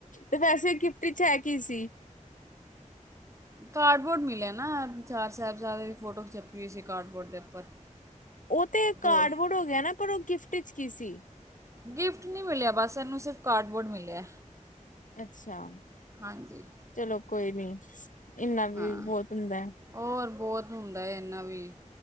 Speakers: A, on the left (about 75°); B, on the right (about 20°).
A: ਤੇ ਵੈਸੇ ਗਿਫਟ ਚ ਹੈ ਕੀ ਸੀ।
B: ਕਾਰਡਬੋਰਡ ਮਿਲਿਆ ਨਾ ਚਾਰ ਸਾਹਿਬਜ਼ਾਬ ਦੀ ਫੋਟੋ ਖਚਪੀ ਸੀ ਕ ਕਾਰਡਬੋਰਡ ਦੇ ਉੱਪਰ
A: ਉਹ ਤੇ ਕਾਰਡਬੋਰਡ
B: ਦੋ
A: ਹੋ ਗਿਆ ਨਾ ਪਰ ਉਹ ਗਿਫਟ <unintelligible> ਕੀ ਸੀ।
B: ਗਿਫਟ ਨਹੀਂ ਮਿਲਿਆ ਬਸ ਇਹਨੂੰ ਸਿਰਫ਼ ਕਾਰਡਬੋਰਡ ਮਿਲਿਆ।
A: ਅੱਛਾ।
B: ਹਾਂਜੀ
A: ਚਲੋ ਕੋਈ ਨੀ। <unintelligible> ਇੰਨਾ ਵੀ
B: ਹਾਂ
A: ਬਹੁਤ ਹੁੰਦਾ ਹੈ।
B: ਔਰ ਬਹੁਤ ਹੁੰਦਾ ਹੈ ਇੰਨਾ ਵੀ